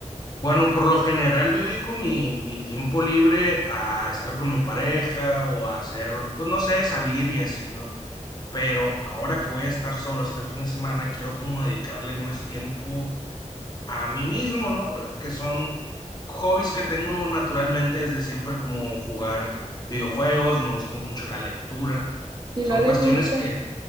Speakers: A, on the left; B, on the right.
A: Bueno, por lo general yo dedico mi, mi tiempo libre a estar con mi pareja o a hacer, pues no sé, salir y así, ¿no? Pero ahora que voy a estar solo este fin de semana, quiero como dedicarle más tiempo a mí mismo, ¿no? Que son hobbies que tengo naturalmente desde siempre, como jugar videojuegos, me gusta mucho la lectura,
B: Y
A: son
B: no le
A: cuestiones
B: gusta,
A: que,